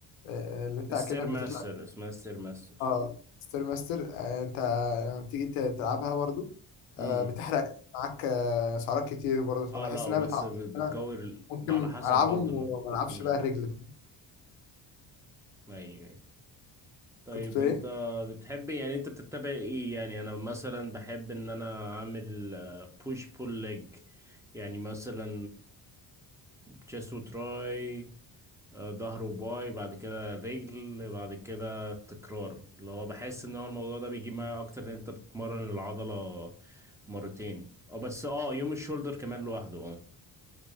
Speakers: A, on the left; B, in the centre.
A: آه، اللي انت
B: ستير
A: اكنك
B: ماستر
A: بتطلع
B: اسمها ستير ماستر
A: اه ستير ماستر آه، انت لما بتيجي ت- تلعبها برضو
B: امم
A: آه، بتحرق معاك آه، سعرات كتير برضو فبحس
B: اه لا
A: انها
B: بس
A: بتعوض
B: بتكور
A: انا
B: ال-
A: ممكن
B: على حسب
A: العبهم
B: برضه ال-
A: وما العبش
B: امم
A: بقى الرجل
B: ايوه أيوة. طيب
A: كنت بتقول
B: انت
A: ايه
B: بتحب يعني انت بتتبع ايه يعني انا مثلا بحب ان انا اعمل بوش بول ليج يعني مثلا تشيست وتراي آه، ظهر وباي بعد كده رجل بعد كده تكرار اللي هو بحس ان هو الموضوع ده بيجيب معايا اكتر ان انت بتمرن العضلة مرتين اه بس اه يوم الشولدر كمان لوحده اه